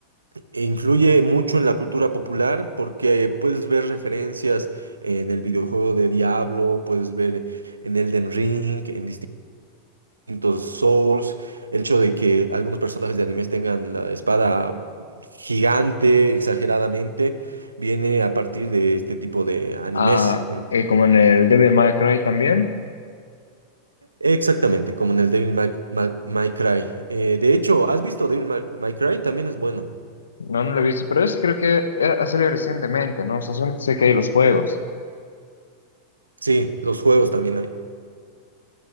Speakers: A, on the right; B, on the left.
A: e Influye mucho en la cultura popular porque puedes ver referencias en el videojuego de Diablo, puedes ver en Elden Ring, en distintos Souls, el hecho de que algunos personajes de animes tengan la espada gigante exageradamente, viene a partir de este tipo de animes.
B: Ah,
A: En-
B: eh, como en el Devil May Cry también.
A: Exactamente, como en el Devil May, May- May Cry. Eh, de hecho, ¿has visto Devil May, May Cry? También es bueno.
B: No, no lo he visto, pero ese creo que eh, ha salido recientemente, ¿no? O sea, solamente sé que hay los juegos.
A: Sí, los juegos también hay.